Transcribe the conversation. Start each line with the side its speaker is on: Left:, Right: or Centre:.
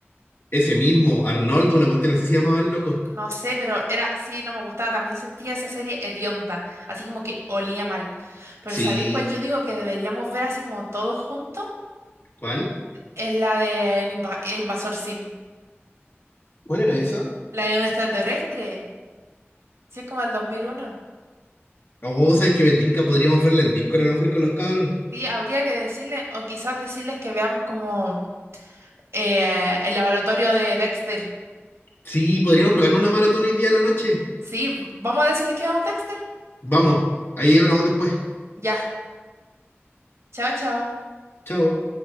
Left: Ese mismo, Arnoldo, una cuestión así se llamaba el loco.
Right: No sé, pero era... Sí, no me gustaba. También sentía esa serie hedionda. Así como que olía mal. Pero
Left: Sí,
Right: ¿sabéis cuál yo digo que deberíamos ver así como todos juntos?
Left: ¿cuál?
Right: Es la del inva- invasor Sim.
Left: ¿Cuál era esa?
Right: La de un extraterrestre. Si es como el dos mil uno
Left: Oh, ¿sabes que me tinca? Podríamos verla en Discord a lo mejor con los cabros.
Right: Sí, habría que decirle, o quizás decirles que veamos como eh, el laboratorio de Dexter.
Left: Sí, podríamos pegarnos una maratón hoy día a la noche.
Right: Sí, v- vamos a decirles que veamos Dexter.
Left: Vamos, ahí hablamos después.
Right: Ya, chao, chao.
Left: Chao.